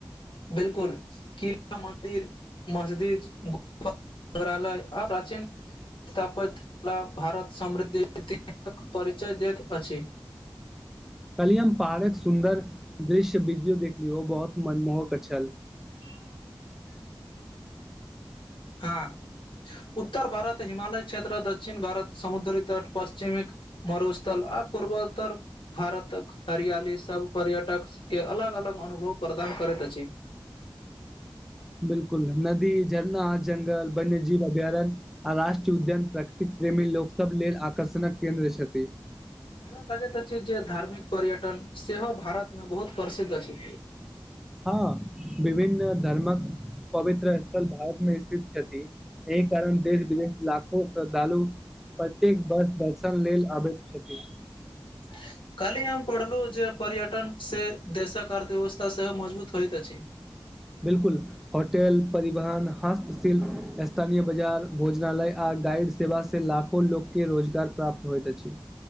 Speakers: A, on the left; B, in the centre.
A: बिल्कुल कि मन्दिर मस्जिद संग्रहालय आ प्राचीन स्थापइत कला भारत समृद्धि क परिचय दैत अछि
B: कल्हिय हम पहाड़क सुन्दर दृश्यविद्यो देखलियौ बहुत मनमोहक छल
A: <inaudible> हँ उत्तर भारत हिमालय क्षेत्र दक्षिण भारत समुद्री तट पश्चिमिक मरुस्थल आ पूर्वोत्तर भारत क हरियाली सभ पर्यटक के अलग अलग अनुभव प्रदान दान करैत अछि
B: बिल्कुल नदी झरना जंगल वन्यजीव अभयारण्य आ राष्ट्रीय उद्यान प्रकृतिक प्रेमी लोक सब लेल आकर्षण क केन्द्र छथि
A: हमरा लगैत अछि जे धार्मिक पर्यटन सेहो भारतमें बहुत प्रसिद्ध अछि
B: हँ विभिन्न धर्मक पवित्र स्थल भारत मे स्थित छथि एहि कारण देश विदेश लाखो श्रद्धालु प्रत्येक बर्ष दर्शन लेल आबैत छथि
A: <unintelligible> काली हम पढ़लु जे पर्यटन से देशक अर्थ व्यवस्था सेहो मजबूत होइत अछि
B: बिल्कुल होटेल परिवहन हस्तशिल्प स्थानीय बाजार भोजनालय आद गाइड सेवा से लाखो लोक के रोजगार प्राप्त होइत अछि